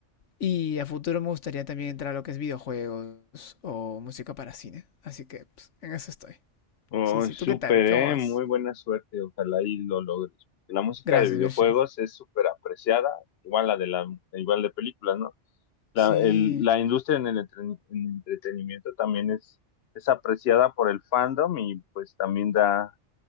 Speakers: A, on the left; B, on the left.
A: Y a futuro me gustaría también entrar a lo que es videojuegos o música para cine. Así que pues, en eso estoy.
B: Oh,
A: Sí, sí.
B: súper,
A: ¿Tú qué tal? ¿Cómo
B: eh,
A: vas?
B: muy buena suerte, ojalá y lo logres. La música
A: Gracias,
B: de videojuegos
A: Mirsha.
B: es súper apreciada, igual la de la, igual de películas, ¿no? La,
A: Sí,
B: el- la industria en el entre- en el entretenimiento también es, es apreciada por el fandom y pues también da